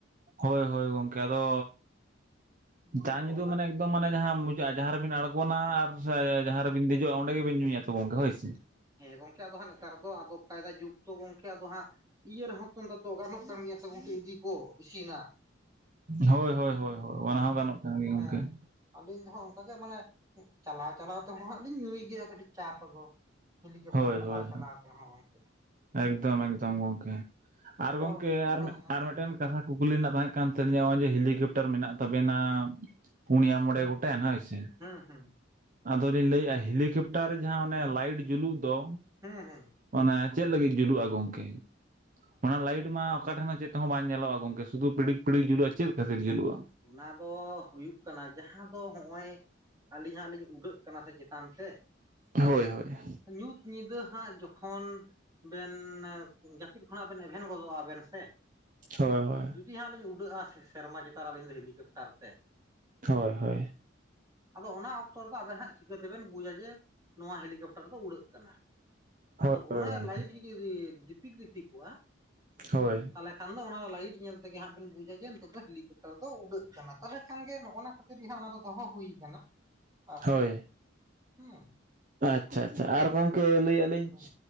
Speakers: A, on the right (about 40°); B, on the right (about 20°).
A: ᱦᱳᱭ ᱦᱳᱭ ᱜᱚᱝᱠᱮ ᱟᱫᱚ,
B: ᱦᱩᱸ
A: ᱫᱟ
B: ᱟᱫᱚ
A: ᱧᱩᱫᱚ
B: ᱚᱱᱟ
A: ᱢᱟᱱᱮ ᱫᱚ ᱢᱟᱱᱮ ᱡᱟᱦᱟᱸ ᱢᱩᱡᱟᱹᱜ-ᱟ ᱡᱟᱦᱟᱸ ᱨᱮᱵᱤᱱ ᱟᱬᱜᱚᱱᱟ ᱟᱨ ᱥᱮ ᱡᱟᱦᱟᱸ ᱨᱮᱵᱮᱱ ᱫᱮᱡᱚᱜ-ᱟ ᱚᱸᱰᱮ ᱜᱮᱵᱮᱱ ᱧᱩᱭᱟ ᱛᱚ ᱜᱚᱝᱠᱮ ᱦᱳᱭ ᱥᱮ ᱾
B: ᱦᱮᱸ ᱜᱚᱝᱠᱮ ᱟᱫᱚ ᱦᱟᱸᱜ ᱱᱮᱛᱟᱨ ᱫᱚ ᱟᱫᱚ ᱠᱟᱭᱫᱟ ᱡᱩᱜᱽ ᱛᱚ ᱜᱚᱝᱠᱮ ᱟᱫᱚ ᱦᱟᱸᱜ ᱤᱭᱟᱹ ᱨᱮᱦᱚᱸ ᱛᱚᱱᱫᱟ ᱫᱚ ᱜᱟᱱᱚᱜ ᱠᱟᱱ ᱜᱮᱭᱟ ᱥᱮ ᱜᱚᱝᱠᱮ ᱤᱫᱤ ᱠᱚ ᱤᱥᱤᱱᱟᱜ ᱾
A: ᱦᱳᱭ ᱦᱳᱭ ᱦᱳᱭ ᱦᱳᱭ ᱚᱱᱟ ᱦᱚᱸ ᱜᱟᱱᱚᱜ ᱠᱟᱱ ᱜᱮᱭᱟ ᱜᱚᱝᱠᱮ
B: ᱦᱮᱸ
A: ᱾
B: ᱟᱹᱞᱤᱧ ᱫᱚ ᱦᱟᱸᱜ ᱚᱝᱠᱟ ᱜᱮ ᱢᱟᱱᱮ, ᱪᱟᱞᱟᱣ ᱪᱟᱞᱟᱣ ᱛᱮᱦᱚᱸ ᱦᱟᱸᱜ ᱞᱤᱧ ᱧᱩᱭ ᱜᱮᱭᱟ ᱠᱟᱹᱴᱤᱡ ᱪᱟ ᱠᱚᱫᱚ ᱾ ᱦᱮᱞᱤᱠᱚᱯᱴᱟᱨ
A: ᱦᱳᱭ
B: ᱪᱟᱞᱟᱣ
A: ᱦᱳᱭ
B: ᱪᱟᱞᱟᱣ ᱛᱮ ᱦᱚᱸᱜᱚᱝᱠᱮ᱾
A: ᱮᱠᱫᱚᱢ ᱮᱠᱫᱚᱢ ᱜᱚᱝᱠᱮ, ᱟᱨ
B: ᱟᱫᱚ
A: ᱜᱚᱝᱠᱮ
B: ᱦᱮᱸ ᱦᱮᱸ
A: ᱟᱨ
B: ᱦᱮᱸ
A: ᱢᱤᱫᱴᱮᱱ ᱠᱟᱛᱷᱟ ᱠᱩᱠᱞᱤ ᱨᱮᱱᱟᱜ ᱛᱟᱦᱮᱸ ᱠᱟᱱ ᱛᱟᱹᱞᱤᱧᱟ ᱱᱚᱜ-ᱚᱭ ᱡᱮ ᱦᱮᱞᱤᱠᱮᱯᱴᱟᱨ ᱢᱮᱱᱟᱜ ᱛᱟᱵᱮᱱᱟ ᱯᱩᱱᱤᱭᱟ ᱢᱚᱬᱮ ᱜᱚᱴᱮᱱ ᱦᱳᱭ ᱥᱮ-
B: ᱦᱮᱸ ᱦᱮᱸ
A: ᱟᱫᱚᱞᱤᱧ ᱞᱟᱹᱭᱮᱜ-ᱟ ᱦᱮᱞᱤᱠᱮᱯᱴᱟᱨ ᱡᱟᱦᱟᱸ ᱚᱱᱮ ᱞᱟᱭᱤᱴ ᱡᱩᱞᱩᱜ ᱫᱚ
B: ᱦᱮᱸ ᱦᱮᱸ᱾
A: ᱚᱱᱮ ᱪᱮᱫ ᱞᱟᱹᱜᱤᱫ ᱡᱩᱞᱩᱜ-ᱟ ᱜᱚᱝᱠᱮ? ᱚᱱᱟ ᱞᱟᱭᱤᱴ ᱢᱟ ᱚᱠᱟ ᱴᱷᱮᱱ ᱦᱚᱸ ᱪᱮᱫ ᱛᱮᱦᱚᱸ ᱵᱟᱝ ᱧᱮᱞᱚᱜ-ᱟ ᱜᱚᱝᱠᱮ ᱥᱩᱫᱩ ᱯᱤᱲᱤᱡ ᱯᱤᱲᱤᱡ ᱡᱩᱞᱩᱜ-ᱟ, ᱪᱮᱫ ᱠᱷᱟᱹᱛᱤᱨ ᱡᱩᱞᱩᱜ-ᱟ?
B: ᱚᱱᱟ ᱫᱚ ᱦᱩᱭᱩᱜ ᱠᱟᱱᱟ ᱡᱟᱦᱟᱸ ᱫᱚ ᱦᱚᱜ-ᱚᱭ ᱟᱹᱞᱤᱧ ᱦᱟᱸᱜ ᱞᱤᱧ ᱩᱰᱟᱹᱜ ᱠᱟᱱᱟ ᱥᱮ ᱪᱮᱛᱟᱱ ᱥᱮ
A: ᱦᱳᱭ ᱦᱳᱭ᱾
B: ᱧᱩᱛ ᱧᱤᱫᱟᱹ ᱦᱟᱸᱜ ᱡᱚᱠᱷᱚᱱ ᱵᱮᱱ ᱡᱟᱹᱯᱤᱫ ᱠᱷᱚᱱᱟᱜ ᱵᱮᱱ ᱮᱵᱷᱮᱱ ᱜᱚᱫᱚᱜ-ᱟ ᱵᱱᱱ ᱥᱮ
A: ᱦᱳᱭ ᱦᱳᱭ᱾
B: ᱡᱩᱫᱤ ᱦᱟᱸᱜ ᱞᱤᱧ ᱩᱰᱟᱹᱜ-ᱟ ᱥᱮᱨᱢᱟ ᱪᱮᱛᱟᱱ ᱨᱮ ᱟᱹᱞᱤᱧ ᱫᱚ ᱦᱮᱞᱤᱠᱟᱯᱴᱟᱨ ᱛᱮ᱾
A: ᱦᱳᱭ ᱦᱳᱭ᱾
B: ᱟᱫᱚ ᱚᱱᱟ ᱚᱠᱛᱚ ᱨᱮᱫᱚ ᱟᱵᱮᱱ ᱦᱟᱸᱜ ᱪᱤᱠᱟᱹ ᱛᱮᱵᱮᱱ ᱵᱩᱡᱟ ᱡᱮ, ᱱᱚᱣᱟ ᱦᱮᱞᱤ ᱠᱚᱯᱴᱟᱨ ᱫᱚ ᱩᱲᱟᱹᱜ ᱠᱟᱱᱟ?
A: ᱦᱳᱭ
B: ᱟᱫᱚ
A: ᱦᱳᱭ
B: ᱚᱱᱟ
A: ᱜᱚᱝᱠᱮ
B: ᱞᱟᱭᱤᱴ ᱡᱩᱫᱤ ᱫᱤᱯᱤᱠ ᱫᱤᱯᱤᱠᱚᱜ-ᱟ
A: ᱦᱳᱭ
B: ᱛᱟᱦᱟᱞᱮ ᱠᱷᱟᱱ ᱫᱚ ᱚᱱᱟ ᱫᱚ ᱞᱟᱭᱤᱴ ᱧᱮᱞ ᱛᱮᱜᱮ ᱦᱟᱸᱜ ᱵᱤᱱ ᱵᱩᱡᱟ ᱡᱮ ᱱᱤᱛᱚᱜ ᱫᱚ ᱦᱮᱞᱤᱠᱟᱯ ᱴᱟᱨ ᱫᱚ ᱩᱰᱟᱹᱜ ᱠᱟᱱᱟ᱾ ᱛᱟᱦᱟᱞᱮ ᱠᱷᱟᱱ ᱜᱮ ᱱᱚᱜ-ᱚᱱᱟ ᱠᱷᱟᱹᱛᱤᱨ ᱜᱮ ᱦᱟᱸᱜ ᱚᱱᱟ ᱫᱚᱦᱚᱸ ᱦᱩᱭ ᱠᱟᱱᱟ ᱟᱨ
A: ᱦᱳᱭ
B: ᱪᱮᱫ ᱦᱩᱸ᱾
A: ᱟᱪᱪᱷᱟ ᱟᱪᱪᱷᱟ ᱟᱨ ᱜᱚᱝᱠᱮ ᱞᱟᱹᱭᱮᱜ ᱟᱹᱞᱤᱧ
B: ᱦᱩᱸ